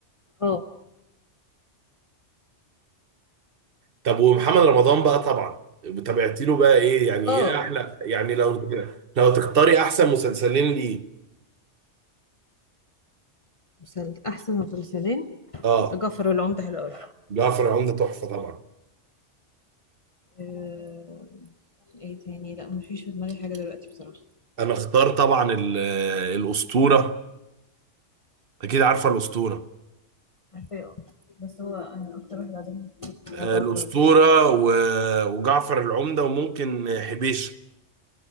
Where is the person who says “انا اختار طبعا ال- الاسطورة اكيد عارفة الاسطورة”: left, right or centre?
Right